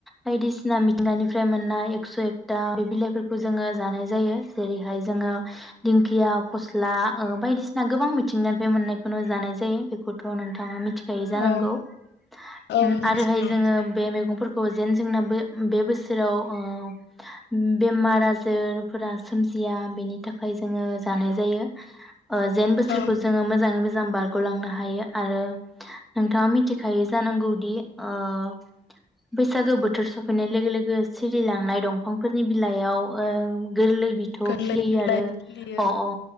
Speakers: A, in the centre; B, on the left.
A: बायदिसिना मिथिंगानिफ्राय मोननाय एकस' एकथा बिलाइफोरखौ जोङो जानाय जायो जेरैहाय जोङो दिंखिया फस्ला बायदिसिना गोबां मिथिंगानिफ्राय मोननायखौनो जानाय जायो बेखौथ' नोंथाङा मिथि जायो जानांगौ
B: औ
A: उम
B: औ
A: आरोहाय
B: मिथिगौ
A: जोङो बे मैगं जोंना बे बोसोराव बेमार आजारफोरा सोमजिया बेनि थाखाय जोङो जानाय जायो। जेन बोसोरखौ
B: औ
A: जोङो मोजाङै मोजां मोजां बारग'लांनो हायो आरो नोंथाङा मिथिखायो जानांगौदि ओ बैसागो बोथोर सफैनाय लोगो लोगो सिरिलांनाय दंफांफोरनि बिलाइयाव ओ गोरलै बिथौ
B: गोरलै
A: खिलियो
B: बिलाइ
A: आरो
B: खिलियो
A: अ अ